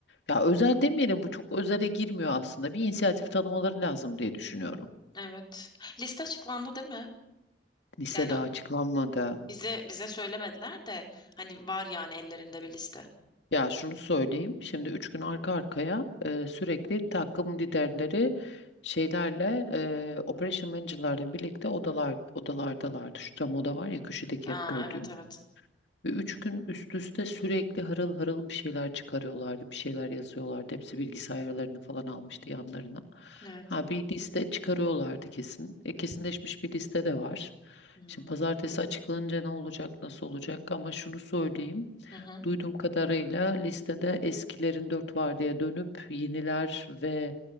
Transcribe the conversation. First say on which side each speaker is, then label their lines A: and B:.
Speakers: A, on the left; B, on the left.
A: ya özel demeyelim bu çok özele girmiyor aslında. Bir inisiyatif tanımaları lazım diye düşünüyorum.
B: Evet. Liste açıklandı değil mi?
A: Lisede
B: Yani
A: açıklanmadı.
B: bize bize söylemediler de hani var yani ellerinde bir liste.
A: Ya şunu söyleyeyim. Şimdi üç
B: Hı.
A: gün arka arkaya e, sürekli takım liderleri şeylerle e, operation manager'larla birlikte odalar odalardalardı. Şu cam oda var ya köşedeki
B: Ha
A: hep gördüğüm.
B: evet evet.
A: Ve üç gün üst üste sürekli harıl harıl bir şeyler çıkarıyorlardı. Bir şeyler yazıyorlardı. Hepsi bilgisayarlarını falan almıştı yanlarına.
B: Evet.
A: Ha bir liste çıkarıyorlardı kesin. E, kesinleşmiş bir liste de var.
B: Hmm.
A: Şimdi pazartesi açıklanınca ne olacak, nasıl olacak ama şunu söyleyeyim.
B: Hı hı.
A: Duyduğum kadarıyla listede eskilerin dört vardiyaya dönüp yeniler ve